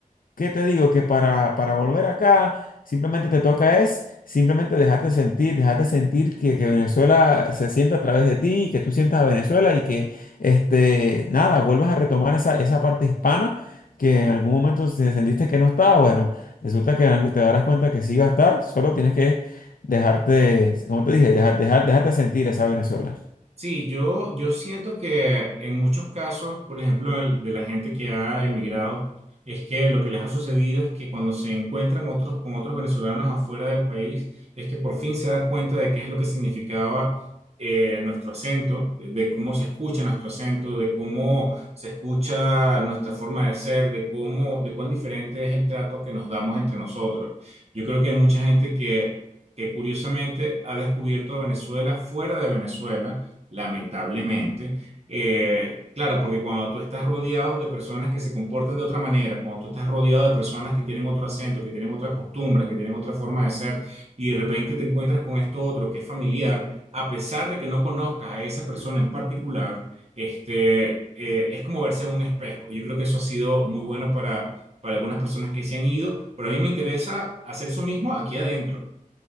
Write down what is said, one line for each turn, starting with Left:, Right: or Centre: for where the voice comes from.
Left: ¿Qué te digo? Que para, para volver acá simplemente te toca es simplemente dejarte sentir, dejarte sentir que, que Venezuela se sienta a través de ti, y que tú sientas a Venezuela y que, este, nada, vuelvas a retomar esa, esa parte hispana que en algún momento se- sentiste que no estaba. Bueno, resulta que en algún- te darás cuenta que sí va a estar, solo tienes que dejarte, como te dije, dejar, dejar, dejarte sentir esa Venezuela.
Right: Sí, yo, yo siento que en muchos casos, por ejemplo, el de la gente que ha emigrado, es que lo que les ha sucedido es que cuando se encuentran otros con otros venezolanos afuera del país, es que por fin se da cuenta de qué es lo que significaba eh, nuestro acento, de cómo se escucha nuestro acento, de cómo se escucha nuestra forma de ser, de cómo, de cuán diferente es el trato que nos damos entre nosotros. Yo creo que hay mucha gente que que curiosamente ha descubierto a Venezuela fuera de Venezuela lamentablemente. Eh, claro, porque cuando tú estás rodeado de personas que se comportan de otra manera, cuando tú estás rodeado de personas que tienen otro acento, que tienen otras costumbres, que tienen otra forma de ser, y de repente te encuentras con esto otro que es familiar, a pesar de que no conozcas a esa persona en particular, este, eh, es como verse en un espejo. Y Yo creo que eso ha sido muy bueno para, para algunas personas que se han ido, pero a mí me interesa hacer eso mismo aquí adentro.